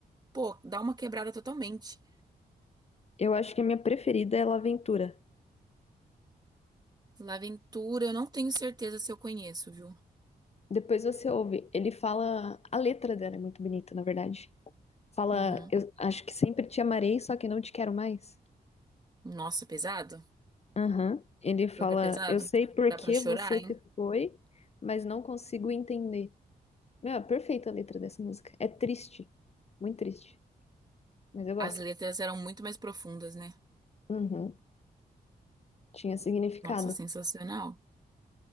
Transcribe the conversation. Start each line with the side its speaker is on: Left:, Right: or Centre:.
Right: pô, dá uma quebrada totalmente.
Left: Eu acho que a minha preferida é La Aventura.
Right: Laventura, eu não tenho certeza se eu conheço, viu?
Left: Depois você ouve. Ele fala. A letra dela é muito bonita, na verdade. Fala,
Right: Uhum.
Left: eu acho que sempre te amarei, só que não te quero mais.
Right: Nossa, pesado?
Left: Aham. Ele fala,
Right: Super pesado?
Left: eu sei por
Right: Dá
Left: que
Right: pra chorar,
Left: você
Right: hein?
Left: se foi, mas não consigo entender. Meu, é perfeita a letra dessa música. É triste, muito triste, mas eu gosto.
Right: As letras eram muito mais profundas, né?
Left: Uhum. Tinha significado.
Right: Nossa, sensacional.